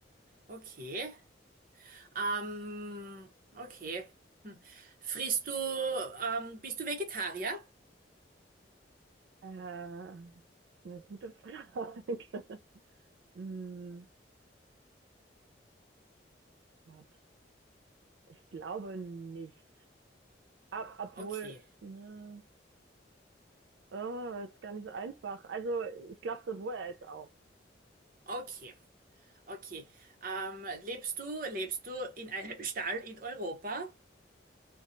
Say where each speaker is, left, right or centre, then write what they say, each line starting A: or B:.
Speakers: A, on the right (about 50°); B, on the right (about 75°).
A: Okay. Ähm, okay. Hm. Frisst du, ähm, bist du Vegetarier?
B: Äh, eine gute Frage. <laughs> Hm, Gott, ich glaube nicht. Ab, obwohl,
A: Okay.
B: ne, oh, das ist gar nicht so einfach. Also, ich glaube sowohl als auch.
A: Okay. Okay. Ähm, lebst du, lebst du in einem Stall in Europa?